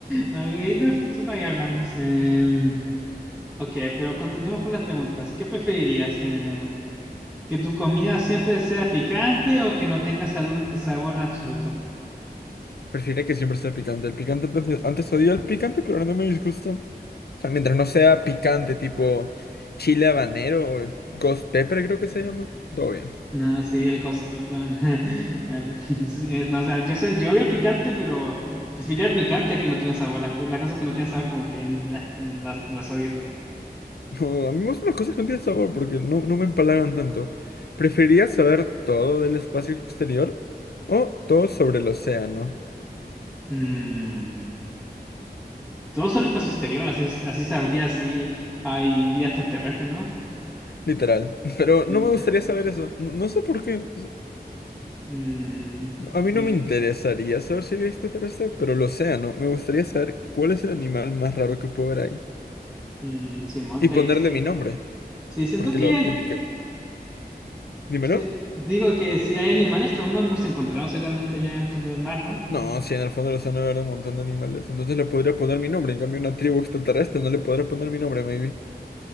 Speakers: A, in the centre; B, on the left (about 70°).
A: ahí del futuro ahí hablamos. Em, ok, pero continuemos con las preguntas. ¿Qué preferirías? Eh, ¿que tu comida siempre sea picante o que no tenga salud- sabor en absoluto?
B: Preferiría que siempre sea picante. El picante antes, me- antes odiaba el picante, pero ahora no me disgusta. O sea, mientras no sea picante, tipo chile habanero o ghost pepper creo que se llama. Todo bien.
A: No, sí, el costo. pan. <laughs> Ah, Sí, es- no, o sea, yo sé, yo odio el picante, pero prefería el picante que no tiene sabor. Las, que- las cosas que no tienen sabor, como que la- las, las odio.
B: No, a mí me gustan las cosas que no tienen sabor porque no, no me empalagan tanto. ¿Preferiría saber todo del espacio exterior o todo sobre el océano?
A: Mm, todo solo espacio exterior, así, así sabría si hay vida extraterrestre, ¿no?
B: Literal. <laughs> Pero no
A: Sí,
B: me gustaría saber eso. No, no sé por qué.
A: mm,
B: A mí
A: y-
B: no me interesaría saber si había extraterrestre, pero lo sea, ¿no? Me gustaría saber cuál es el animal más raro que puedo ver ahí.
A: mm, sí, monta
B: Y ponerle mi nombre.
A: sí, siento
B: Porque
A: que
B: lo.
A: ya-
B: Porque. Dímelo.
A: sí, digo que si hay animales que aún no hemos encontrado, seguramente ya en el fondo del mar, ¿no?
B: No, si en el fondo del océano habrá un montón de animales. Entonces le podría poner mi nombre. En cambio, una tribu extraterrestre no le podría poner mi nombre, maybe.